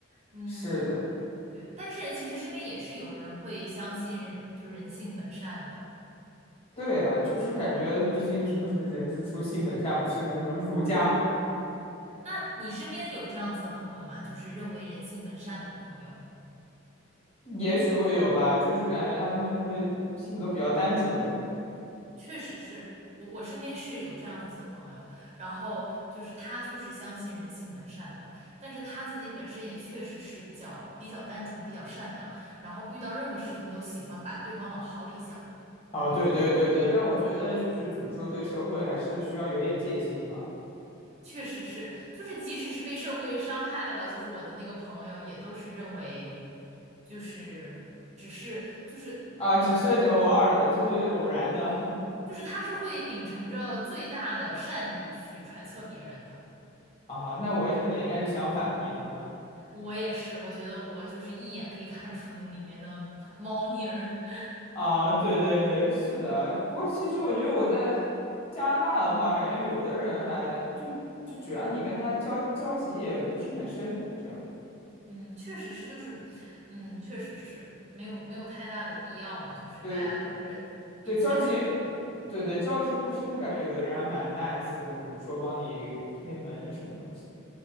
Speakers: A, on the right; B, on the left.
A: 嗯，
B: <laughs> 是的，
A: 对，但是其实身边也是有人会相信，就是人性本善的。
B: 对啊，就是感觉毕竟什么什么人之初性本善，不是那个什么 <laughs> 儒家，
A: 那你身边有这样子的朋友吗？就是认为人性本善的朋友。
B: 也许会有吧，就是感觉他们会性格比较单纯。
A: 确实是我，我身边是有这样子的朋友，然后就是他就是相信人性本善的，但是他自己本身也确实是比较比较单纯、比较善良，然后遇到任何事情都喜欢把对方往好里想
B: 哦，
A: 的那种，
B: 对对对对，但我觉得就是怎么说，对社会还是需要有点戒心吧。
A: 确实是，就是即使是被社会伤害了，就是我的那个朋友也都是认为就是只是就是呃，
B: 啊，只是就偶尔的，
A: 对，
B: 就是偶然的。
A: 就是他是会秉承着最大的善意去揣测别人的。
B: 啊，那我可能应该是相反，你呢？
A: 我也是，我觉得我就是一眼可以看出里面的猫腻儿。<laughs>
B: 啊，对对对，是的。不过其实我觉得我在加拿大的话，感觉有的人还就就主要你跟他交交集也不是很深，这样。
A: 嗯，确实是，就是，嗯，确实是没有没有太大的必要嘛，就是大家都是比浅浅的。
B: 对对，交集，对对，交集不深的感觉，有的人还蛮 nice 的，比如说帮你推门什么东西的。